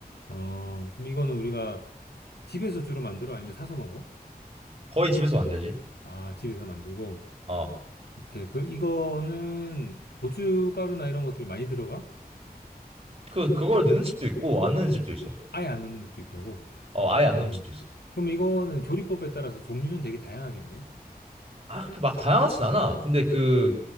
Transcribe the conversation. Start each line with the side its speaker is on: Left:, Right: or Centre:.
Left: 어, 그럼 이거는 우리가 집에서 주로 만들어? 아니면 사서 먹어?
Right: 거의 집에서 만들지.
Left: 아, 집에서 만들고.
Right: 어,
Left: 오케이. 그, 이거는 고춧가루나 이런 것들이 많이 들어가?
Right: 그 그걸 넣는 집도 있고 안 넣는
Left: 음,
Right: 집도 있어.
Left: 아예 안 넣는 집도 있다고?
Right: 어, 아예 안
Left: 음,
Right: 넣는 집도 있어.
Left: 그럼 이거는 조리법에 따라서 종류는 되게 다양하겠네? 음.
Right: 아, 그렇게 막 다양하진 않아. 근데 그